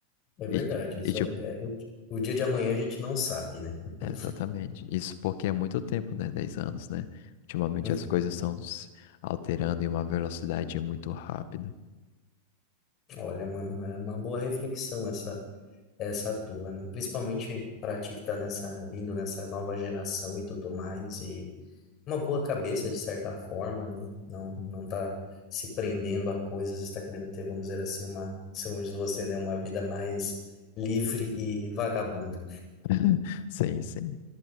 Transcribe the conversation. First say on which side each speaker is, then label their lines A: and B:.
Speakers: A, on the left (about 35°); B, on the left (about 50°).
A: É verdade,
B: E, ti-
A: isso
B: e tipo,
A: é, é- o, o dia de amanhã a gente não sabe, né? <laughs>
B: é, exatamente. Isso porque é muito tempo, né? dez anos, né? Ultimamente
A: Hum,
B: as coisas estão se alterando em uma velocidade muito rápida.
A: Olha, mano, é uma boa reflexão essa essa tua, né? Principalmente para ti que tá nessa vindo nessa nova geração e tudo mais e uma boa cabeça de certa forma, né? Não
B: Hum.
A: não tá se prendendo a coisas, está querendo ter, vamos dizer assim, uma, segundo diz você, né, uma vida mais livre e vagabunda.
B: <laughs> Sim, sim.